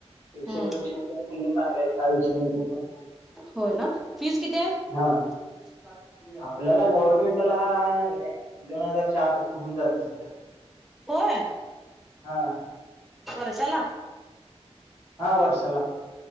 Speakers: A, in the centre; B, on the right.
A: हम्म
B: शव स पेक्ष पले चांगले आहेत का विषय नाही तिथं
A: होय ना फिज किती आहे
B: हा आपल्याला गव्हर्नमेंटला ले दोन हजार चे आार सुध होऊन जाते तिथे
A: होय
B: हाआ
A: वर्षांला
B: हा वर्षांला